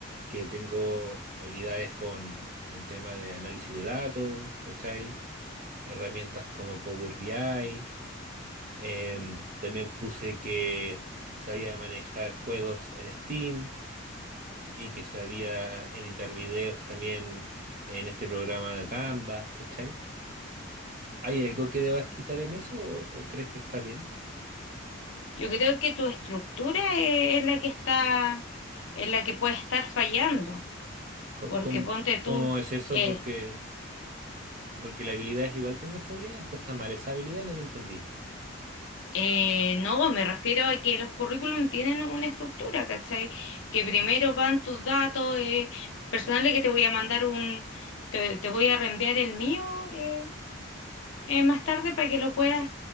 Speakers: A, on the right (about 40°); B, on the left (about 65°).
A: que tengo habilidades con el tema de análisis de datos, ¿cachai? Herramientas como Power BI. Em, también puse que sabía manejar juegos en Steam y que sabía editar videos también en este programa de Canva, ¿cachai? ¿Hay algo que debas quitar en eso o, o crees que está bien?
B: Yo creo que tu estructura es, es la que está, es la que puede estar fallando,
A: Co-
B: porque
A: ¿Cómo,
B: ponte tú.
A: cómo es eso?
B: eh,
A: Porque, porque la habilidad es igual, tengo esa habilidad, después está mal esa habilidad, no te entendí.
B: Eh, no, me refiero a que los currículum tienen una estructura, ¿cachai? Que primero van tus datos eh, personales que te voy a mandar un, te, te voy a reenviar el mío eh, eh, más tarde para que lo puedas